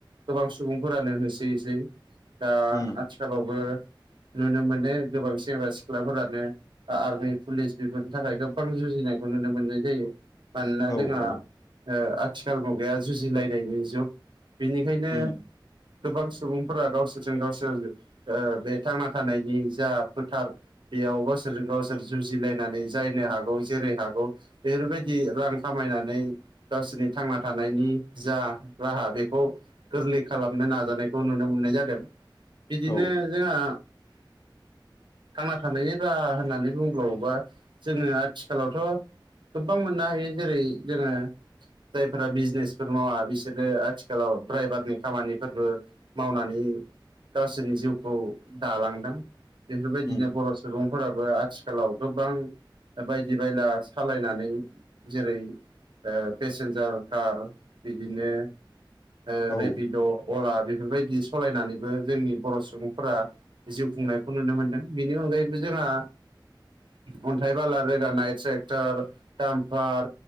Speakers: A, on the right; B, on the left.
A: गोबां सुबुंफोरानो होसोयैसै। दा
B: उम
A: आथिखालावबो नुनो मोनो गोबां सेंग्रा सिख्लाफोरानो आआर्मि पुलिस बेफोरनि थाखाय गोबां जुजिनायखौ नुनो मोननाय जायो। मानोना
B: औ
A: जोंहा
B: औ
A: ओ आथिखाल मुगैाया जुजिलायनायनि जुग। बेनिखायनो
B: उम
A: गोबां सुबुंफोरा गावसोर जों गावसोर ओ बे थांना थानायनि जा फोथार बेयाव गावसोरजों गावसोर जुजिलायनानै जायनो हागौ जेरै हागौ ओरैबायदि रां खामायनानै गावसोरनि थांना थानायनि जा राहा बेखौ गोरलै खालामनो नाजानायखौ नुनो मोननाय जादों। बिदिनो
B: औ
A: जोंहा थांना थानायनि राहा होननानै बुंबावोबा जोङो आथिखालावथ' गोबां मोननो हायो। जेरै जोङो जायफोरा बिजनेसफोर मावा बिसोरो आथिखालाव ड्राइभारनि खामानिफोरबो मावनानै गावसोरनि जिउखौ दालांदों। बेफोरबायदिनो
B: उम
A: बर' सुबुंफोराबो आथिखालाव गोबां बायदि बायला सालायनानै जेरै ओ पेसेन्जार कार बिदिनो ओ
B: औ
A: रेपिड' अला बेफोरबायदि सालायनानैबो जोंनि बर' सुबुंफोरा जिउ खुंनाय खौ नुनो मोनदों बिनि अनगायैबो जोंहा अन्थाइ बाला रोगानाय ट्रे ओर दामफार